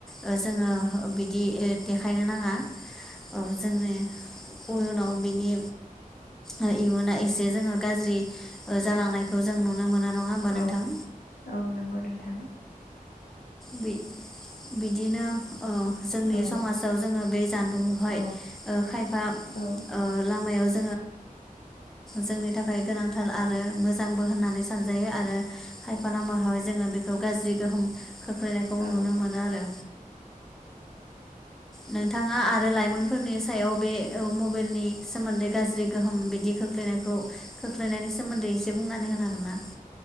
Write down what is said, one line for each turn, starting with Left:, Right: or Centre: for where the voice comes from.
Centre: ओ जोङो ओ बिदि देखायनो नाङा औ जोंनि उनाव बिनि ओ इयुना एसे जोङो गाज्रि जालांनायखौ जों नुनो मोनो नङा होमबा नोंथां?
Left: औ औ नंगौ नोंथां।
Centre: बि बिदिनो ओ जोंनि
Left: औ
Centre: समाजाव जोङो बे जानबुंखौहाय
Left: औ
Centre: ओ खायफा
Left: औ औ
Centre: ओ लामायाव जो जोंनि थाखाय गोनांथार आरो मोजांबो होननानै सानजायो आरो खायफा लामायावहाय जोङो बेखौ गाज्रि गोहोम खोग ख्लैनायखौ
Left: औ
Centre: नुनो मोनो आरो। नोंथाङा आरो लाइमोन फोरनि सायाव बे ओ मब फोरनि सोमोन्दै गाज्रि गोहोम बिदिखौ खोख्लैनायखौ खोख्लैनायनि सोमोन्दै एसे बुंनानै होनो हागोन ना?